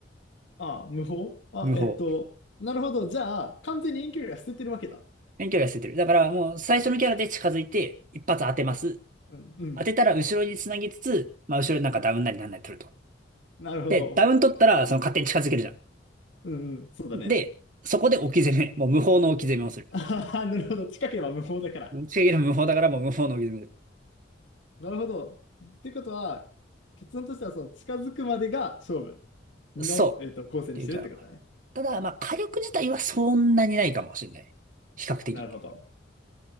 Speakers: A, on the left (about 80°); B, on the right (about 45°).
A: あ、無法あ、
B: 無法。
A: えっと、なるほど。じゃあ、完全に遠距離は捨ててるわけだ。
B: 遠距離は捨ててる。だからもう最初のキャラで近づいて、一発当てます。
A: うん、うん。
B: 当てたら後ろに繋ぎつつ、まあ後ろになんかダウンなりなんなり取ると。
A: なるほど。
B: で、ダウン取ったらその勝手に近づけるじゃ
A: うん、うん、そうだね。
B: ん。で、そこで置き攻め。<laughs> もう無法の置き攻めをする。
A: あははなるほど。近ければ無法だから。
B: 近づける無法だからもう無法の置き攻めをす
A: なるほど。ってことは、結論としては、その近づくまでが勝負の、
B: る。そう。
A: えっと、構成にしてるってことだね。
B: っていうキャラ。ただ、まあ火力自体はそんなにないかもしれない。比較的。
A: なるほど。